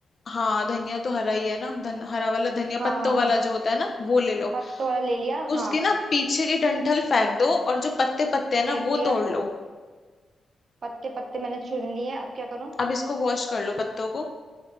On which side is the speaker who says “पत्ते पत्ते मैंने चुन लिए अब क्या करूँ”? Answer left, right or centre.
Right